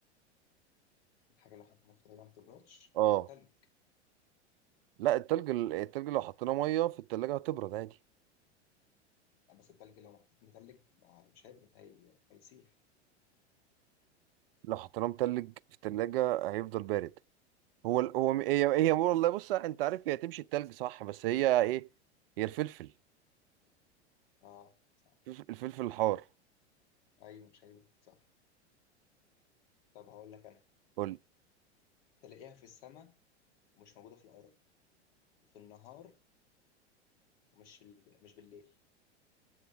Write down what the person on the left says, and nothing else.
الحاجة لو حطيناها في التلاجة ما بتبردش
التلج
آه، بس التلج لو محطوط متلج آه، مش هيبرد هي... هيسيح
اه صح
أيوه مش هيبرد صح طب هقول لك أنا
تلاقيها في السماء ومش موجودة في الأرض وفي النهار ومش ال... مش بالليل